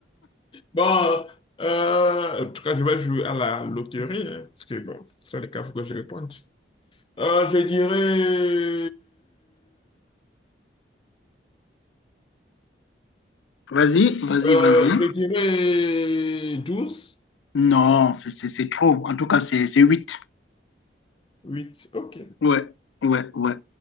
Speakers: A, on the left (about 25°); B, on the left (about 80°).
A: Bon, euh, en tout cas, je vais jouer à la loterie, hein, parce que bon, c'est le cas, il faut que je réponde. Euh, je dirais,
B: Vas-y, vas-y,
A: euh,
B: vas-y.
A: je dirais douze
B: Non, c'est c'est- c'est trop. En tout cas, c'est c'est 8.
A: huit ok.
B: Ouais, ouais, ouais.